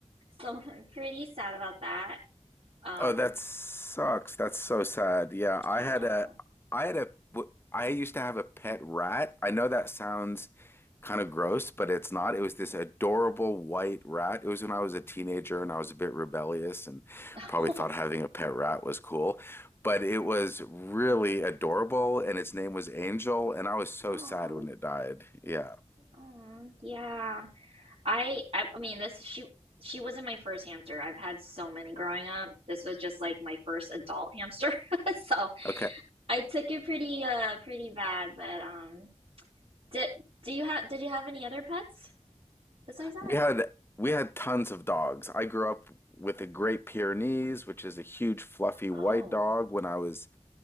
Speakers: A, on the right; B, on the left.
A: So I'm pretty sad about that. Um,
B: Oh, that sucks. That's so sad. Yeah, I
A: I
B: had
A: know.
B: a, I had a, w- I used to have a pet rat. I know that sounds kind of gross, but it's not. It was this adorable white rat. It was when I was a teenager and I was a bit rebellious and
A: <laughs>
B: probably thought having a pet rat was cool. But it was really adorable and its name was Angel, and I was so
A: Oh,
B: sad when it died. Yeah.
A: oh, yeah. I, I, I mean, this she she wasn't my first hamster. I've had so many growing up. This was just like my first adult hamster. <laughs> So
B: Okay.
A: I took it pretty uh pretty bad, but um did do you have did you have any other pets besides that?
B: We had we had tons of dogs. I grew up with a Great Pyrenees, which is a huge fluffy white
A: Oh.
B: dog when I was